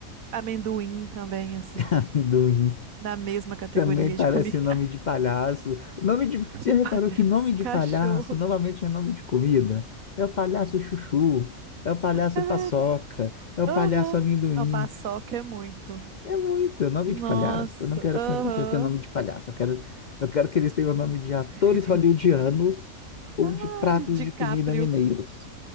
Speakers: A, on the right; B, on the left.
A: Amendoim também, assim.
B: <laughs> Amendoim.
A: Da mesma categoria
B: Também parece
A: de comida.
B: nome de palhaço. Nome de... Você
A: <laughs> Não
B: já reparou
A: Parece
B: que nome de
A: cachorro.
B: palhaço novamente é nome de comida? É o palhaço chuchu, é o palhaço
A: É
B: paçoca,
A: verdade.
B: é o
A: Aham.
B: palhaço amendoim.
A: Não, paçoca é muito.
B: É muito nome
A: Nossa,
B: de palhaço. Eu não quero
A: aham.
B: que meus cachorros tenham nome de palhaço. Eu quero, eu quero que eles tenham o nome de atores
A: <laughs>
B: hollywoodianos ou
A: Ai,
B: de pratos
A: DiCaprio.
B: de comida mineiros,